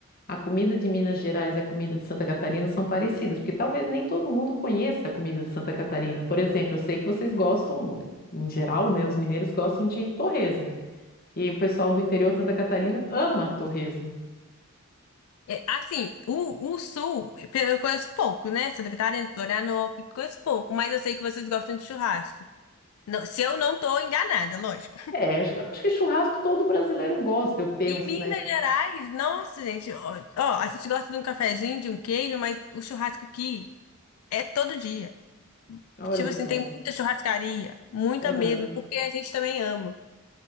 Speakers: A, on the left; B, on the left.
A: a comida de Minas Gerais e a comida de Santa Catarina são parecidas, porque talvez nem todo mundo conheça a comida de Santa Catarina. Por exemplo, eu sei que vocês gostam, em geral, né? Os mineiros gostam de torresmo. E o pessoal do interior de Santa Catarina ama torresmo.
B: É, Assim, o, o Sul, pe- eu conheço pouco, né? Santa Catarina, Florianópolis, conheço pouco, mas eu sei que vocês gostam de churrasco. Não- se eu não tô enganada, lógico.
A: É, acho- eu acho que churrasco todo brasileiro gosta, eu penso,
B: E Minas
A: né? Mas
B: Gerais, nossa, gente, ó, ó, a gente gosta de um cafezinho, de um queijo, mas o churrasco aqui é todo dia.
A: olha
B: Tipo
A: só.
B: assim, tem muita churrascaria, muita
A: Aham.
B: mesmo, porque a gente também ama.